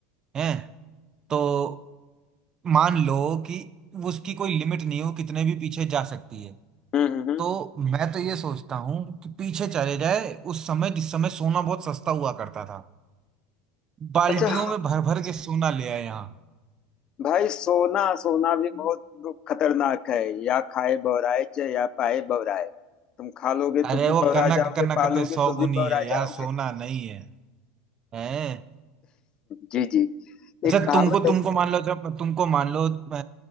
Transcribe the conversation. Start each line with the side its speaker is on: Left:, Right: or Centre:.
Right: है तो मान लो कि उसकी कोई लिमिट नहीं हो कितने भी पीछे जा सकती है
Left: हम्म, हम्म।
Right: तो मैं तो ये सोचता हूँ कि पीछे चले जाए उस समय जिस समय सोना बहुत सस्ता हुआ करता था बाल्टियों
Left: अच्छा
Right: में भर भर के सोना ले आए यहाँ
Left: भाई सोना सोना भी बहुत खतरनाक है या खाए बौराए चे या पाए बौराए तुम खा लोगे
Right: अरे
Left: तो भी
Right: वो
Left: बौरा
Right: कनक
Left: जाओगे
Right: कनक
Left: पालोगे
Right: ते सौगुनी
Left: तो भी बौरा
Right: है यार
Left: जाओगे
Right: सोना नहीं है हैं
Left: जी जी
Right: अच्छा
Left: एक कहावत
Right: तुमको तुमको
Left: है
Right: मान लो जब तुमको मान लो अ,